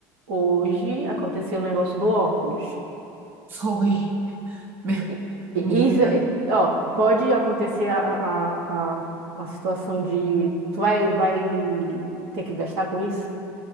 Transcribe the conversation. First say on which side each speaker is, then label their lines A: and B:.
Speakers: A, on the right; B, on the right.
A: Hoje aconteceu o negócio do óculos.
B: <laughs> Foi. Meu-
A: E-
B: Menina,
A: e Isso, é- ó, pode acontecer a, a, a, a situação de tu vai, vai ter que gastar com isso?